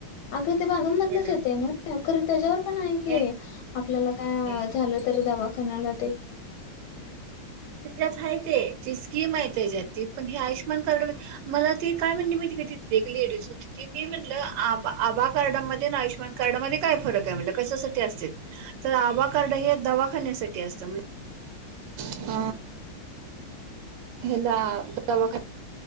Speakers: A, on the left; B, on the right.
A: अगं ते बनंमधूनच
B: वेगळा
A: येत
B: असतय
A: आहे ना खर त्याच्यावर पण आहे की
B: हे
A: आपल्याला काय
B: हे
A: झालं तर दवाखाना खणाला ते
B: त्याच्यात ह ती स्कीम आहे त्याच्यात पण हे आयुष्यमान कार्ड मला त काय म्हण मी ते तथ लेडीज होती त मी म्हणलं आभा कार्डामध्ये आयुष्यमान कार्डामध्ये काय फरक आहे म्हटलेकशासाठी असते तर आभा कार्ड हे दवाखान्यासाठी असतं अ हयाला दवाखान्यात